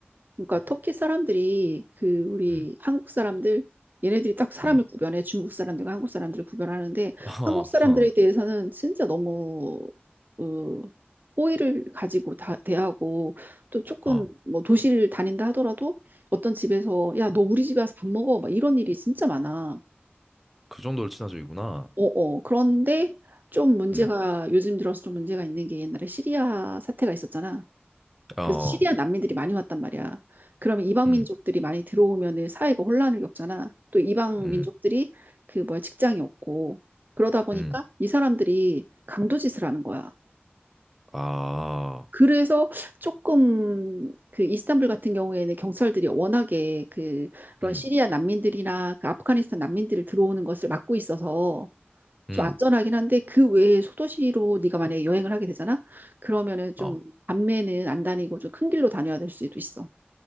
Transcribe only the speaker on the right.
그러니까 터키 사람들이 그 우리
한국 사람들 얘네들이 딱 사람을
구별해 중국 사람들과 한국 사람들을 구별하는데
한국 사람들에
대해서는 진짜 너무 어, 호의를 가지고 다 대하고 또 조금
뭐 도시를 다닌다 하더라도 어떤 집에서 야 너 우리 집에 와서 밥 먹어 막 이런 일이 진짜 많아.
어어 그런데 좀 문제가
요즘 들어서 좀 문제가 있는 게 옛날에 시리아 사태가 있었잖아.
그래서 시리아 난민들이 많이 왔단 말이야. 그러면 이방
민족들이 많이 들어오면은 사회가 혼란을 겪잖아. 또 이방
민족들이 그 뭐야 직장이 없고 그러다 보니까
이 사람들이 강도짓을 하는 거야.
그래서 조금 그 이스탄불 같은 경우에는 경찰들이 워낙에 그 그런
시리아 난민들이나 그 아프가니스탄 난민들을 들어오는 것을 막고 있어서
좀 안전하긴 한데 그 외에 소도시로 네가 만약에 여행을 하게 되잖아. 그러면은 좀
밤에는 안 다니고 좀 큰 길로 다녀야 될 수도 있어.